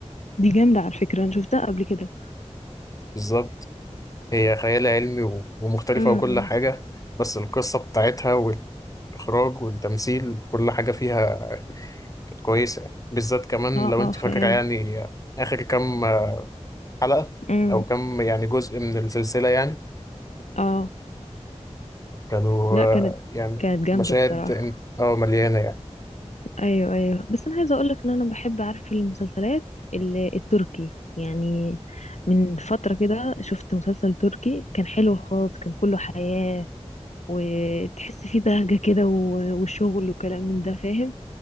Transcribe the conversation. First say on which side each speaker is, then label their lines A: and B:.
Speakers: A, on the left; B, on the left.
A: دي جامدة على فكرة أنا شفتها قبل كده
B: بالظبط هي خيال علمي و- ومختلفة
A: امم
B: وكل حاجة بس القصة بتاعتها والإخراج والتمثيل كل حاجة فيها كانت كويسة يعني. بالذات كمان
A: اه
B: لو
A: اه
B: أنت
A: خيال
B: فاكرة يعني آخر كام حلقة
A: امم
B: أو كام يعني جزء من السلسلة يعني
A: اه
B: كانوا
A: لا
B: آه،
A: كانت
B: يعني
A: كانت جامدة
B: مشاهد
A: بصراحة
B: إن- اه مليانة يعني
A: ايوه ايوه بس انا عايزه اقول لك ان انا بحب اعرف المسلسلات ال- التركي يعني من فتره كده شفت مسلسل تركي كان حلو خالص كان كله حياه وتحس فيه بهجه كده و- وشغل وكلام من ده فاهم